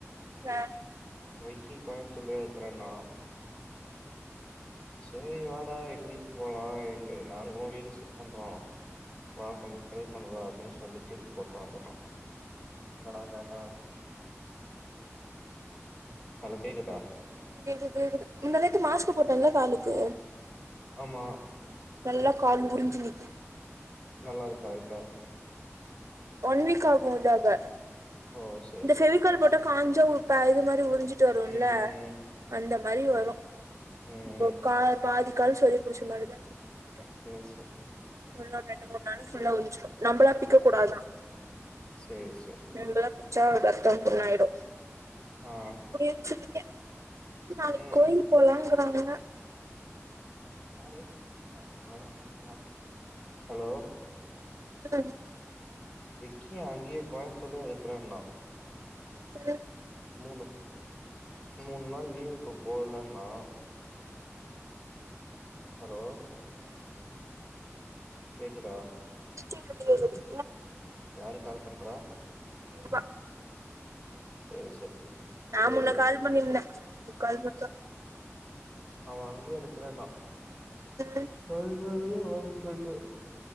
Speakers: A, on the right; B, on the left.
A: ஆ
B: விக்கி கோயம்புத்தூர்லயே இருக்கறேன்னா செரி வாடா எங்க வீட்டுக்கு போகலா எங்க நாங்களு வீடு ஷிஃப்ட் பண்றோ வா கொஞ்சோ ஹெல் பண்ணுவா அப்டின்னு சொல்லி தூக்கி போட்டு வந்துட்டோ இல்லனா கேட்டா ஹலோ கேக்குதா
A: கேக்குது கேக்குது முந்தாநேத்து மாஸ்க் போட்டேன்ல காலுக்கு
B: ஆமா
A: நல்லா கால் முரிஞ்சு நிக்கிது
B: நல்லா இருக்கா இப்ப
A: ஒன் வீக் ஆகு இதாக
B: ஓ சேரி
A: இந்த
B: சேரி
A: ஃபெவிகால் போட்ட காஞ்சோ உப்ப இது மாரி இது உரிஞ்சிட்டு வரும்ல
B: ம் ம்
A: அந்த மாரி வரு
B: ம்
A: இப்போ கா பாதி கால் சொரி புடிச்ச மாதிரிதா சுத்திட்டு
B: சோ சோ
A: இன்னு ரெண்டு மூணு நாளும் ஃபுல்லா உறிஞ்சிரு நம்பளா பிக்க கூடாதா
B: சரி சரி
A: நம்மளா பிச்சா ஒரு ரத்தோ புண்ணாயிடு
B: ஆ
A: <unintelligible> இருக்கே நாளைக்கு
B: ம்
A: கோயில் போலாங்கிறாங்க
B: <unintelligible> ஹலோ
A: ம்
B: விக்கி அங்கேயே கோயம்பத்தூர்லயே இருக்கறண்ணா
A: ச
B: மூணு மூணு நாள் லீவுக்கு போலன்னா ஹலோ கேக்குதா
A: கேக்குது கேக்குது
B: யாரு கால் பண்றா
A: <unintelligible>
B: சேரி சேரி
A: நா
B: இது
A: முன்ன கால் பண்ணிருந்த முக்கால் மட்டு
B: அவ அங்கேயே இருக்கறதா
A: <unintelligible>
B: <unintelligible> ரவுண்ட்ஸ் <unintelligible>